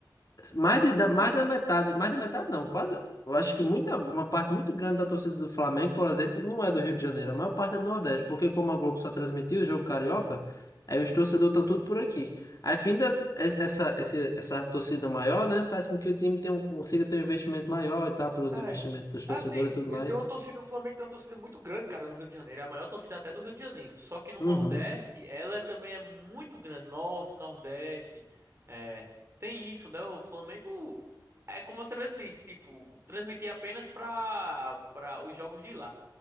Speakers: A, on the left; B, on the right.
A: Mais, de, da, mais da metade, mais da metade não, quase. Eu acho que muita, uma parte muito grande da torcida do Flamengo, por exemplo, não é do Rio de Janeiro, a maior parte é do Nordeste, porque como a Globo só transmitia o jogo carioca, aí os torcedores estão tudo por aqui. Aí, fim da, es- essa, esse- essa torcida maior, né, faz com que o time tenha um- consiga ter um investimento maior e tal, pelos
B: Ai.
A: investimentos dos torcedores
B: Assim,
A: e tudo
B: e
A: mais.
B: tem uma torcida, o Flamengo tem uma torcida muito grande, cara, no Rio de Janeiro. É a maior torcida até do Rio de Janeiro. Só que no
A: Uhum.
B: Nordeste, ela é também é muito grande. Norte, Nordeste. É, tem isso, né? O Flamengo é como você mesmo disse, tipo, transmitia apenas pra, pra os jogos de lá.